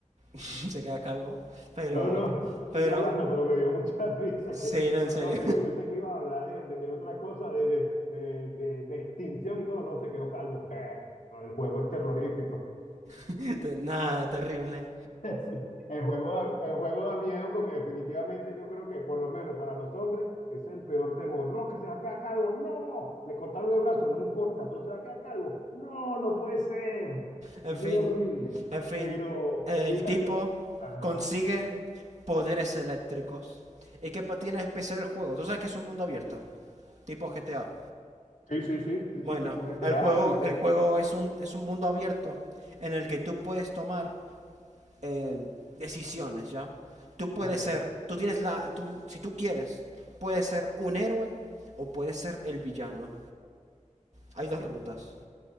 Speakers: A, on the right (about 60°); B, on the left (about 85°).
A: <laughs> se queda calvo. Pero,
B: No, no,
A: pero,
B: sigue hablando, pero me dio mucha <laughs> risa
A: sí,
B: que,
A: no, en
B: no,
A: serio.
B: no, que yo pensé que ibas a hablar de, de otra cosa, de, de, de, de- de extinción y todo, no, se quedó calvo. Bah, el juego es terrorífico.
A: <laughs> te- Nada, terrible.
B: <laughs> Sí, El juego da, el juego da miedo porque definitivamente yo creo que por lo menos para los hombres es el peor temor. No, que se va a quedar calvo. No, le cortaron el brazo, no importa, pero se va a quedar calvo. No, no puede ser.
A: En
B: Es muy
A: fin,
B: horrible.
A: en fin,
B: Pero
A: el
B: mira,
A: tipo
B: ajá.
A: consigue poderes eléctricos. ¿Y qué pa- tiene de especial el juego? Tú sabes que es un mundo abierto, tipo GTA.
B: Sí, sí, sí, sí,
A: Bueno,
B: sí, tipo GTA,
A: el juego,
B: tipo,
A: el juego es un, es un mundo abierto en el que tú puedes tomar eh, decisiones, ¿ya? Tú puedes
B: ok,
A: ser, tú tienes la, tú, si tú quieres, puedes ser un héroe o puedes ser el villano. Hay
B: oye,
A: dos rutas.